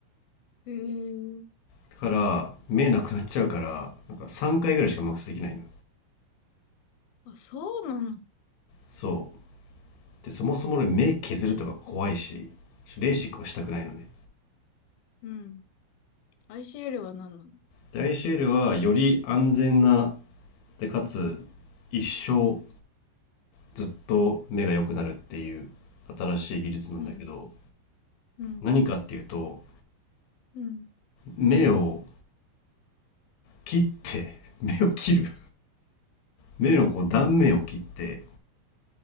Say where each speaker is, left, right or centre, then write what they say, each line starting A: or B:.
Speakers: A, on the left; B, on the left.
A: へえ。
B: だから、目なくなっちゃうから、なんか3回ぐらいしかマックスできないの。
A: あ、そうなの。
B: そでそもそも俺目削るとか怖いしレーシックはしたくないのね
A: うん。ICL は何なの
B: で ICL はより安全なでかつ一生ずっと目が良くなるっていう新しい技術なんだけど
A: うん、うん、
B: 何かっていうと
A: うん。
B: 目を切って <laughs> 目を切る目のこう断面を切って